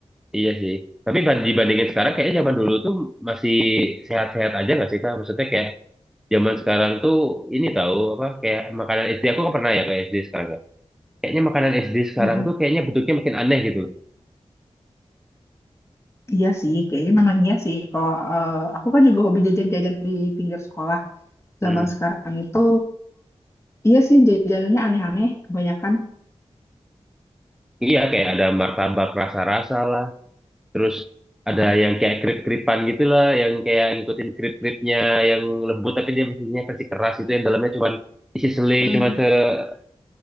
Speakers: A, in the centre; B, on the left.
A: Iya sih. Tapi ban- dibandingin sekarang kayaknya zaman dulu tuh masih sehat-sehat aja gak sih Kak? Maksudnya kayak zaman sekarang tuh ini tahu apa kayak makanan SD aku kok pernah ya kayak SD sekarang ya. Kayaknya makanan SD sekarang
B: Mm-mm.
A: tuh kayaknya bentuknya makin aneh gitu. loh.
B: Iya sih, kayaknya memang iya sih. Kalau eh, aku kan juga hobi jajan-jajan di pinggir sekolah.
A: Hmm.
B: Zaman sekarang itu, iya sih jajanannya aneh-aneh kebanyakan.
A: Iya kayak ada martabak rasa-rasa lah. Terus ada yang kayak krip-kripan gitu lah, yang kayak ngikutin krip-kripnya yang lembut tapi dia mesinnya versi keras itu yang dalamnya cuman isi selai
B: Mm.
A: cuma sehelai